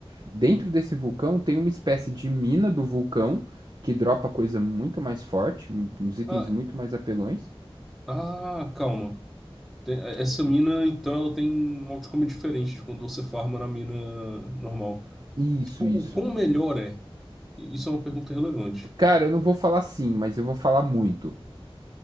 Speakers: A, on the right; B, in the centre.
A: dentro desse vulcão tem uma espécie de mina do vulcão que dropa coisa muito mais forte, um- uns itens
B: ah,
A: muito mais apelões.
B: ah, calma. Tem- é, essa mina, então, ela tem um outcome diferente de quando você farma na mina normal.
A: Isso,
B: Tipo,
A: isso.
B: o quão melhor é? Isso é uma pergunta relevante.
A: Cara, eu não vou falar sim, mas eu vou falar muito.